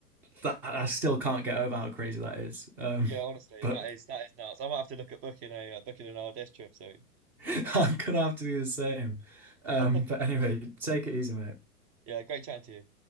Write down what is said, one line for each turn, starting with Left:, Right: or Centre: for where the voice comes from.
Centre: that I still can't get over how crazy that is um
Right: Yeah, honestly,
Centre: but
Right: that is that is nuts. I might have to look at booking a uh, booking an RDS trip soon.
Centre: <laughs> I'm gonna have to do the same
Right: <laughs>
Centre: um but anyway take it easy mate
Right: Yeah, great chatting to you.